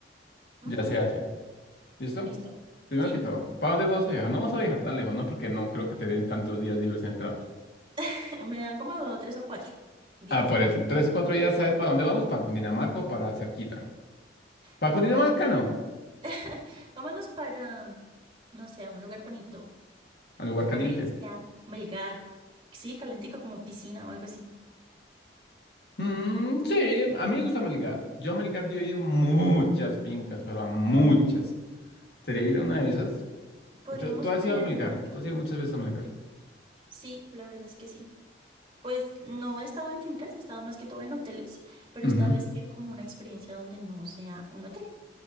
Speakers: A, on the right (about 25°); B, on the left (about 55°).
A: Ujú.
B: ya se hace. ¿Listo?
A: ¿Listo?
B: Primero
A: Sí.
B: que todo, ¿para dónde vas a viajar? No vas a viajar tan lejos, ¿no? Porque no creo que te den tantos días libres en el trabajo.
A: <laughs> Me dan como tres o cuatro días.
B: Ah, por eso, tres o cuatro días, ¿sabes para dónde vamos? Para Cundinamarca o para cerquita. ¿Para
A: No,
B: Cundinamarca no?
A: <laughs> vámonos para, no sé, a un lugar bonito.
B: A un lugar
A: Florencia,
B: caliente.
A: Melgar. Sí, calentico como piscina o algo así.
B: Mm, sí, a mí me gusta Melgar. Yo a Melgar yo he ido muchas fincas, pero a muchas. ¿Sería ir a una de esas?
A: Podríamos
B: ¿Tú, tú has ido
A: mirar
B: a Melgar?
A: una finca.
B: ¿Tú has ido muchas veces a Melgar?
A: Sí, la verdad es que sí. Pues no he estado en fincas, he estado más que todo en hoteles, pero
B: Ujú.
A: esta vez quiero como una experiencia donde no sea un hotel.